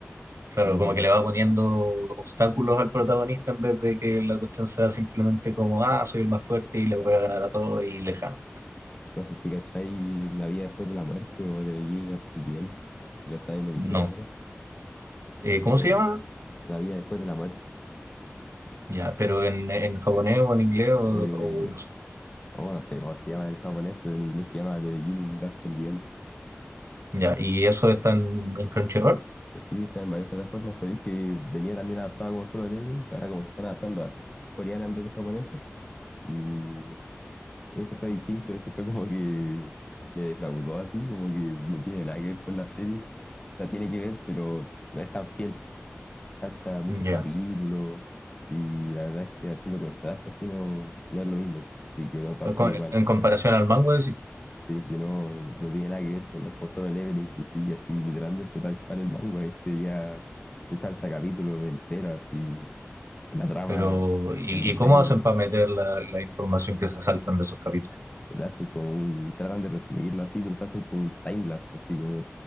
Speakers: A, on the right (about 80°); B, on the left (about 25°).
A: Claro,
B: es más
A: como
B: bacán.
A: que le va poniendo obstáculos al protagonista en vez de que la cuestión sea simplemente como, ah, soy el más fuerte y le voy a ganar a todos y lejano.
B: No sé si cachai La vida después de la muerte o de Beijing hace bien, que lo están en emisión
A: No.
B: ahora.
A: Eh,
B: Y es
A: ¿cómo
B: como
A: se llama?
B: La vida después de la muerte.
A: Ya, pero en, en japonés o en inglés o,
B: Eh,
A: o no sé.
B: o no sé cómo se llama en japonés, pero en inglés se llama The Beginning After the End.
A: Ya, y eso está en, en Crunchyroll.
B: Sí, está en varias plataformas. Sabéis que venía también adaptado como solo leveling, que ahora como que se están adaptando a coreana en vez de japonesa. Y este fue distinto, este fue como que me defraudó así, como que no tiene nada que ver con la serie. O sea, tiene que ver, pero no es tan fiel. Salta muchos
A: Ya.
B: capítulos y la verdad es que haciendo contraste así no, no es lo mismo. Así que no todas
A: Pero
B: son
A: con-
B: iguales.
A: En comparación al manga, decís tú.
B: Sí, que no, no tiene nada que ver con los como solo leveling que sigue así, literalmente tal cual el manga. Este ya se salta capítulo entero, así, la trama,
A: Pero, ¿y,
B: el diseño,
A: y cómo hacen para meter la, la información que se saltan de esos capítulos?
B: le hacen como un, tratan de resumirlo así, pero se hacen como un timelapse, así como